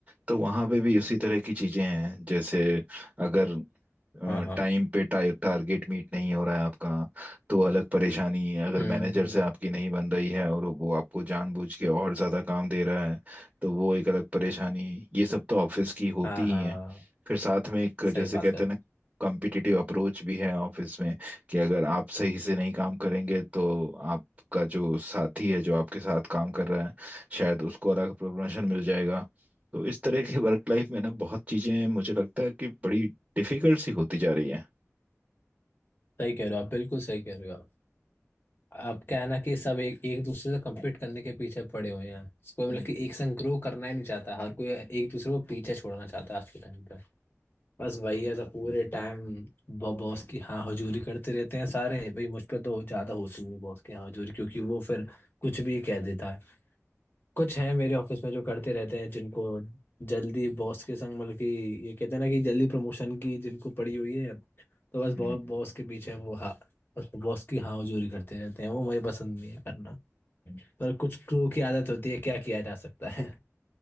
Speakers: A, on the right (about 25°); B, on the left (about 45°).
A: तो वहां पे भी उसी तरह की चीजें हैं जैसे अगर
B: हाँ हाँ
A: टाइम पे टारगेट मीट नहीं हो रहा है आपका तो अलग परेशानी अगर
B: हम्म
A: मैनेजर से आपकी नहीं बन रही है और वो आपको जानबूझ के और ज्यादा काम दे रहा है तो वो एक अलग परेशानी ये सब तो ऑफिस की होती
B: हाँ हाँ
A: ही है फिर साथ में एक
B: सही
A: जैसे
B: बात
A: कहते
B: है
A: हैं ना कॉम्पिटिटिव अप्रोच भी है ऑफिस में कि अगर आप सही से नहीं काम करेंगे तो आपका जो साथी है जो आपके साथ काम कर रहा है शायद उसको अलग प्रमोशन मिल जाएगा तो इस तरह की वर्क लाइफ में ना बहुत चीजें मुझे लगता है कि बड़ी डिफिकल्ट सी होती जा रही है
B: सही कह रहे हो आप बिल्कुल सही कह रहे हो आप अब क्या है ना कि सब एक एक दूसरे से कम्पीट करने के पीछे पड़े हुए हैं कोई मतलब
A: हम्म
B: कि एक संग ग्रो करना ही नहीं चाहता हर कोई एक दूसरे को पीछे छोड़ना चाहता है आज के टाइम पे बस वही है सब पूरे टाइम बॉस की हाँ हजूरी करते रहते हैं सारे भाई मुझ पे तो ज्यादा होती है बॉस की हाँ हजूरी क्योंकि वो फिर कुछ भी कह देता है कुछ हैं मेरे ऑफिस में जो करते रहते हैं जिनको जल्दी बॉस के संग मतलब कि ये कहते हैं ना कि जल्दी प्रमोशन की जिनको पड़ी हुई है तो बस
A: हम्म।
B: बॉस बॉस के पीछे वो हाँ बस बॉस की हाँ हजूरी करते रहते हैं वो मुझे पसंद नहीं है करना पर कुछ क्रू की आदत होती है क्या किया जा सकता है